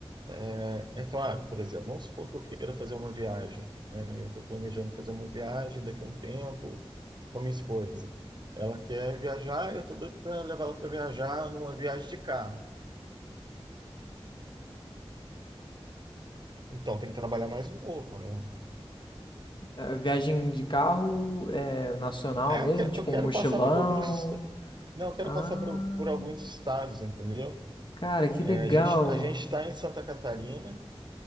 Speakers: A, on the right (about 45°); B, on the left (about 50°).
A: É, é claro, por exemplo, vamos supor que eu queira fazer uma viagem. né? eu estou planejando fazer uma viagem daqui a um tempo com a minha esposa. Ela quer viajar, eu estou doido para levar ela para viajar numa viagem de carro. Então tem que trabalhar mais um pouco. né?
B: É, viagem de carro é nacional
A: É,
B: mesmo,
A: eu, que- eu
B: tipo
A: quero
B: um mochilão.
A: passar por alguns. esta- Não, eu quero
B: Ah,
A: passar por, por alguns estados, entendeu?
B: cara, que
A: É,
B: legal.
A: a gente a gente está em Santa Catarina.